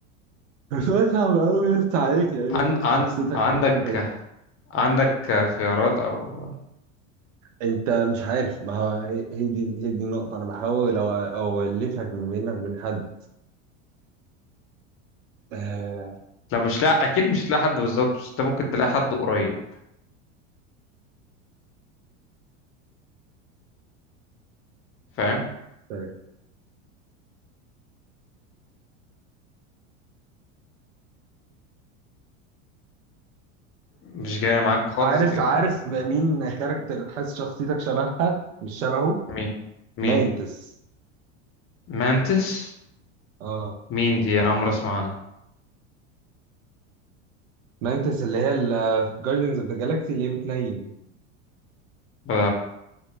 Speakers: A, on the right; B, on the left.
A: بس سؤال صعب قوي يا اسطى عليك لانك
B: عن
A: انت
B: عن
A: شخصيتك
B: عندك
A: ب-
B: عندك خيارات او
A: انت مش عارف ما هو هي هي دي هي دي النقطة انا بحاول أو- اولفك ما بينك وبين حد آه،
B: لا مش لا اكيد مش تلاقي حد بالظبط بس انت ممكن تلاقي حد قريب فاهم
A: طيب.
B: مش جاية معاك خالص
A: عارف
B: دي ولا
A: عارف
B: إيه؟
A: بقى مين كاركتر حاسس شخصيتك شبهها مش شبهه
B: مين مين
A: مانتس
B: مانتس
A: اه
B: مين دي انا عمري اسمع عنها
A: مانتس اللي هي اللي في جاردنز اوف ذا جالاكسي اللي هي بتنيم
B: ب-